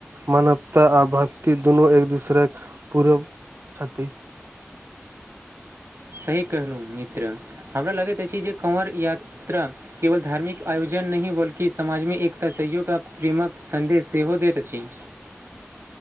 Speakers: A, on the right; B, on the right.
A: मानवता आ भक्ति दुनू एक दोसरक पूरव छथिति
B: सही कहलौं मित्र हमरा लगैत अछि जे कँवर यात्रा केवल धार्मिक आयोजन नहि बल्कि समाजमे एकता सहयोग आ प्रेमक सन्देश सेहो दैत अछि